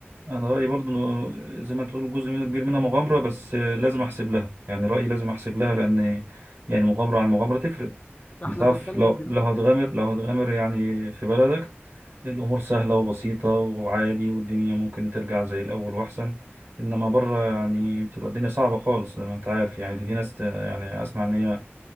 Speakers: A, on the right; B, on the left.
A: انا رايي برضو إنه زي ما تقول جزء منه كبير منها مغامره بس آه، لازم احسب لها يعني رايي لازم احسب لها لان يعني مغامره عن مغامره تفرق
B: احنا
A: انت تعرف
B: بالبلدي
A: لو
B: بن-
A: لو هتغامر لو هتغامر يعني في بلدك الامور سهله وبسيطه وعادي والدنيا ممكن ترجع زي الاول واحسن انما بره يعني بتبقى الدنيا صعبه خالص زي ما انت عارف يعني دي في ناس ت- يعني اسمع ان هي